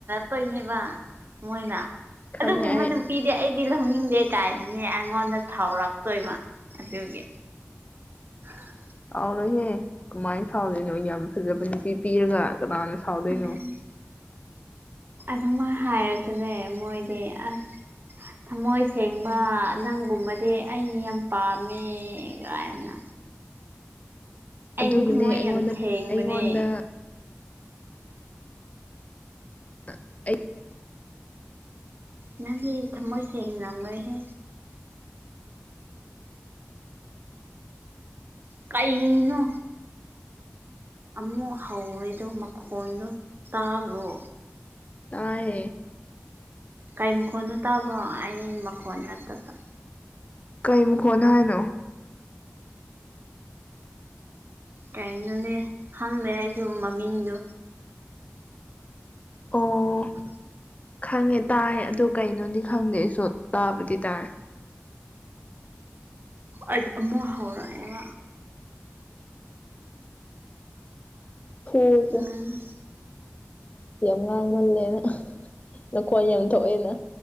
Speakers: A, on the right; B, on the left.
A: ꯀꯩꯅꯦꯕ ꯃꯣꯏꯅ
B: ꯈꯪꯉꯦ
A: ꯑꯗꯨꯒꯨꯝꯕꯗꯨ
B: ꯑꯩ
A: ꯅꯨꯄꯤꯗꯤ ꯑꯩꯗꯤ ꯂꯧꯅꯤꯡꯗꯦ ꯀꯥꯏꯅꯅꯦ ꯑꯩꯉꯣꯟꯗ ꯁꯥꯎꯔꯛꯇꯣꯏꯕ ꯑꯗꯨꯒꯤ ꯑ <inaudible>
B: ꯁꯥꯎꯔꯣꯏꯍꯦ ꯀꯃꯥꯏꯅ ꯁꯥꯎꯗꯣꯏꯅꯣ ꯌꯥꯝ ꯐꯖꯕ ꯅꯨꯄꯤ ꯄꯤꯔꯒ ꯀꯅꯥꯅ ꯁꯥꯎꯗꯣꯏꯅꯣ
A: ꯎꯝ ꯑꯗꯨꯃꯥꯏ ꯍꯥꯏꯔꯁꯨꯅꯦ ꯃꯣꯏꯗꯤ ꯑꯁ ꯊꯃꯣꯏ ꯁꯦꯡꯕ ꯅꯪꯒꯨꯝꯕꯗꯤ ꯑꯩꯩ ꯌꯥꯝ ꯄꯥꯝꯃꯦ ꯀꯥꯏꯅ ꯑꯩꯗꯤ
B: ꯑꯗꯨꯒꯤꯅꯦ
A: ꯊꯃꯣꯏ
B: ꯑꯩꯉꯣꯟꯗ
A: ꯌꯥꯝ ꯁꯦꯡꯕꯅꯦ
B: ꯑꯩꯉꯣꯟꯗ ꯑ ꯑꯩ
A: ꯅꯪꯗꯤ ꯊꯃꯣꯏꯁꯦꯡ ꯂꯝꯂꫭꯏꯍꯦ ꯀꯩꯅꯣ ꯑꯃꯨꯛ ꯍꯧꯔꯦꯗꯣ ꯃꯈꯣꯟꯗꯣ ꯇꯥꯕ꯭ꯔꯣ
B: ꯇꯥꯏꯌꯦ
A: ꯀꯩ ꯃꯈꯣꯟꯅꯣ ꯇꯥꯕꯔꫭ ꯑꯩ ꯃꯈꯣꯟ ꯅꯠꯇꯕ
B: ꯀꯩ ꯃꯈꯣꯟꯅꯦ ꯍꯥꯏꯅꯣ
A: ꯀꯩꯅꯣꯅꯦ ꯈꯪꯗꯦ ꯑꯩꯁꯨ ꯃꯃꯤꯡꯗꯨ
B: ꯑꯣ
A: ꯑ <inaudible>
B: ꯈꯪꯉꯦ ꯇꯥꯏ ꯑꯗꯨ ꯀꯩꯅꯣꯗꯤ ꯈꯪꯗꯦ ꯑꯩꯁꯨ ꯇꯥꯕꯗꯤ ꯇꯥꯏ
A: ꯍ ꯑꯃꯨꯛ ꯍꯧꯔꯛ ꯑꯦꯕ
B: ꯐꫭꯜꯆ
A: ꯎꯝ
B: ꯌꯥꯝ ꯉꯥꯡꯃꯜꯂꯦꯅ ꯅꯈꯣꯟ ꯌꯥꯝ ꯊꯣꯛꯑꯦꯅ